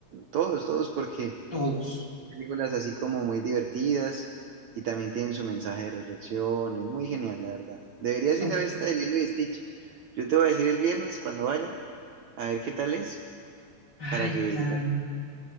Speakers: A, on the right; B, on the left.
A: todos, todos, porque
B: todos,
A: películas así como muy divertidas y también tienen su mensaje de reflexión, es muy genial, la verdad. Deberías
B: son,
A: ir a ver esta de Lilo y Stitch. Yo te voy a decir el viernes cuando vaya, a ver qué tal es,
B: ay,
A: para que...
B: claro.